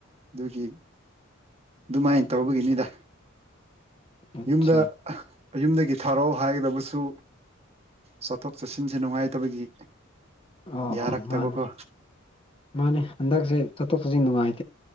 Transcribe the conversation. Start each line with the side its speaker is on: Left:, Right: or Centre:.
Right: ꯑꯗꯨꯒꯤ ꯑꯗꯨꯃꯥꯏ ꯇꯧꯕꯒꯤꯅꯤꯗ
Left: ꯑꯠꯆꯥ
Right: ꯌꯨꯝꯗ ꯑ ꯌꯨꯝꯗꯒꯤ ꯊꯥꯔꯛꯑꯣ ꯍꯥꯏꯒꯗꯕꯁꯨ ꯆꯠꯊꯣꯛ ꯆꯠꯁꯤꯟꯁꯦ ꯅꯨꯡꯉꯥꯏꯇꯕꯒꯤ
Left: ꯑꯣ
Right: ꯌꯥꯔꯛꯇꯕꯀꯣ
Left: ꯑꯣ ꯃꯥꯅꯦ ꯃꯥꯅꯦ ꯍꯟꯗꯛꯁꯦ ꯆꯠꯊꯣꯛ ꯆꯠꯁꯤꯟ ꯅꯨꯡꯉꯥꯏ